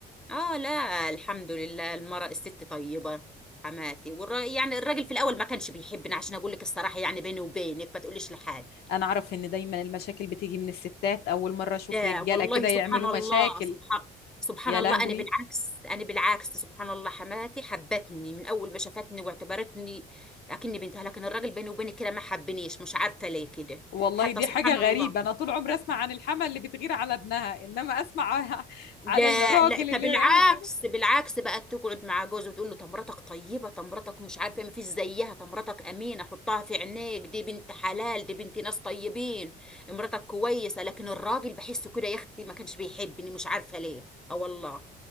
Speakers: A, in the centre; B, on the left.
A: اه لا الحمد لله المرأة الست طيبة حماتي والر... يعني الراجل في الاول ما كانش بيحبني عشان اقول لك الصراحة يعني بيني وبينك ما تقوليش لحد
B: انا اعرف ان دايما المشاكل بتيجي من الستات اول مره اشوف
A: آه
B: رجاله
A: والله
B: كده
A: سبحان
B: يعملوا
A: الله
B: مشاكل
A: سبحان سبحان
B: يا
A: الله
B: لهوي
A: انا بالعكس انا بالعكس سبحان الله حماتي حبتني من اول ما شافتني واعتبرتني اكني بنتها لكن الراجل بيني وبينك كده ما حبنيش مش عارفه ليه كده
B: والله
A: حتى
B: دي
A: سبحان
B: حاجة غريبة
A: الله
B: أنا طول عمري أسمع عن الحما اللي بتغير على ابنها إنما أسمع <laughs>
A: لا
B: على الراجل
A: لا طب
B: اللي
A: بالعكس
B: هو يعمل كده
A: بالعكس بقت تقعد مع جوزي وتقول له طب مراتك طيبه طب مراتك مش عارفه إيه، ما فيش زيها طب مراتك امينه حطها في عينيك دي بنت حلال دي بنت ناس طيبين مراتك كويسه لكن الراجل بحسه كده يا اختي ما كانش بيحبني مش عارفه ليه اه والله